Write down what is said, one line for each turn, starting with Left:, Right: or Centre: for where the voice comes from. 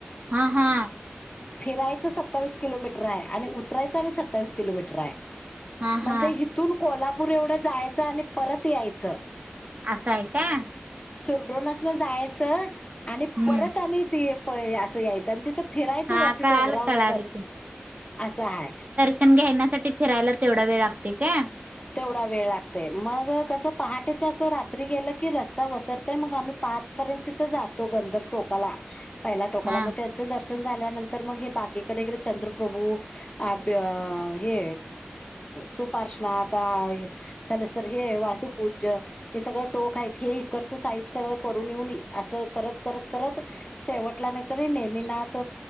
Right: हा हा.
Left: फिरायचं सत्तावीस किलोमीटर हाय आणि उतरायचं आणि सत्तावीस किलोमीटर हाय.
Right: हा
Left: म्हणजे
Right: हा
Left: हिथून कोल्हापूर एवढं जायचं आणि परत यायचं.
Right: असं आहे काय?
Left: सुरडोनासनं जायाचं आणि
Right: हम्म
Left: परत आणि ते प असं यायचं आणि तिथं फिरायचं
Right: हा
Left: वरती
Right: कळालं
Left: डोंगरावर
Right: कळालं
Left: तन असं हाय.
Right: शन घेण्यासाठी फिरायला तेवढा वेळ लागते काय?
Left: तेवढा वेळ लागतंय मग कसं पहाटेच असं रात्री गेलं की रस्ता वसरतंय मग आम्ही पाच पर्यंत तिथ जातो गंधर्व टोकाला, पहिल्या टोकाला
Right: हा
Left: मग त्यांच दर्श शन झाल्यानंतर मग हे बाकी कडेकडे चंद्रप्रभू, अ आपलं हे सुपार्श्वनाथ हाय चलीस तर हे वासुपूज्य, हे सगळं टोक हायत हे हिक च् साईट सगळं बघुन येऊन असं करत करत करत शेवटला नाही तरी नेमिनाथ